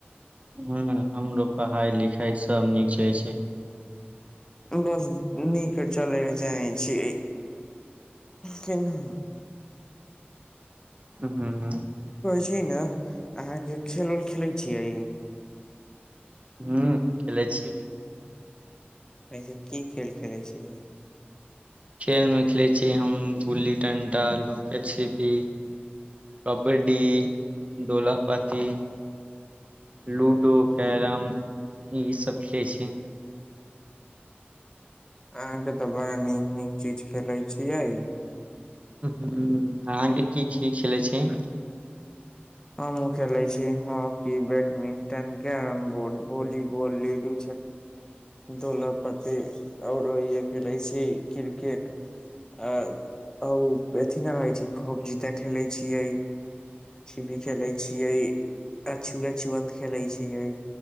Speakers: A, on the right; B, on the left.
A: ह हमरो पढ़ाई लिखाई सब नीक चलै छै
B: बस नीक चले के चाही छी केना
A: ह
B: जी ने अहाँके खेल उल खेलै छियै
A: हू खेले छिये
B: एहिसे की खेल खेलै छियै
A: खेल मे खेलैत छी हम गुल्ली डंटा लूका छिपी क कबड्डी दोला पच क लूडो
B: ह
A: कैरम ई सब खेले छी ई
B: अहाँ के तऽ बड़ा नीक नीक चीज खेले छियै
A: ह अहाँके की छी खेलै छी
B: हमहुँ खेले छी hockey badminton carrom board volleyball ludo दुोल प्ती औरो इ खेले छी क्रिकेट अ ओ अथि नहि रहै छै खब जीते खेले छियै भी खेले छियै आ छुआ छुत खेले छियै